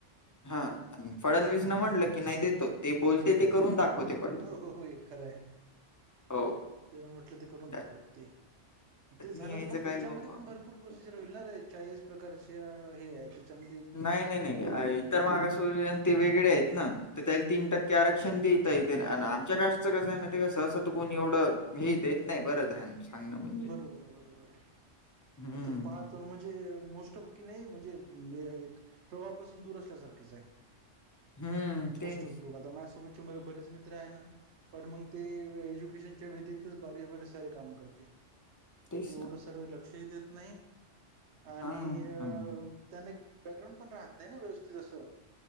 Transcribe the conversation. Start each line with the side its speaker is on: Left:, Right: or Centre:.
Left: हा, आणि फडणवीस न म्हटलं की नाही देतो ते बोलते ते करून दाखवते पट.
Right: हो हो हे खरं आहे.
Left: हो.
Right: तेन म्हटलं ते करून
Left: त्यात
Right: दाखवत ते,
Left: त्यात
Right: ते झालं
Left: मी यायचं
Right: तर पण
Left: काय
Right: त्याच्यामध्ये
Left: बाप्पा.
Right: पण भरपूर प्रोसिजर होईल ना रे चाळीस प्रकारच्या हे त्याच्यामध्ये
Left: नाही नाही अरे इतर मागासवर्गीय ते वेगळे आहेत ना तर त्याला तीन टक्के आरक्षण दि तई देना अन आमच्या कास्टच कसं आहे माहिये का सहसा त कोणी एवढं हे देत नाही बरं ध्यान. सांगणं म्हणजे.
Right: बरोबर आहे बरोबर आहे,
Left: हं,
Right: तुम्ही पाहत त म्हणजे मोस्ट ऑफ की नाही म्हणजे मे एक प्रवाहपासून दूर असल्यासारखेच आहे,
Left: हं. तेच,
Right: मोस्ट ऑफ लोक आता माया सोबत चे माझे बरेच मित्र आहे ना? पण मग ते एज्युकेशनच्या व्यतिरिक्तच बऱ्या बरे सारे काम करते.
Left: तेच
Right: एवढ
Left: ना.
Right: सर्व लक्षही देत नाही, आणि
Left: हां,
Right: अ
Left: हं.
Right: त्याने बॅकग्राऊं पण राहत नाही ना व्यवस्थित असं.